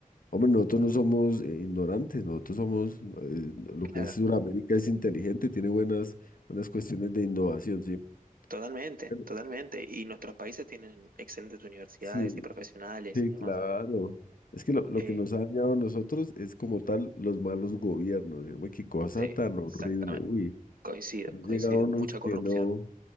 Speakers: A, on the left (about 75°); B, on the right (about 85°).
A: Hombre, nosotros no somos eh, ignorantes, nosotros somos, eh, lo
B: claro,
A: que es Sudamérica es inteligente, tiene buenas, buenas cuestiones de innovación, ¿sí?
B: totalmente,
A: Pero-
B: totalmente. Y nuestros países tienen excelentes universidades
A: Sí,
B: y profesionales
A: Sí,
B: y
A: claro.
B: demás.
A: Es que lo, lo
B: Eh,
A: que nos ha dañado a nosotros es como tal los malos gobiernos. eh, Uy, qué cosa
B: sí,
A: tan horrible.
B: exactamente.
A: Uy,
B: Coincido,
A: han
B: coincido.
A: llegado unos
B: Mucha corrupción.
A: que no.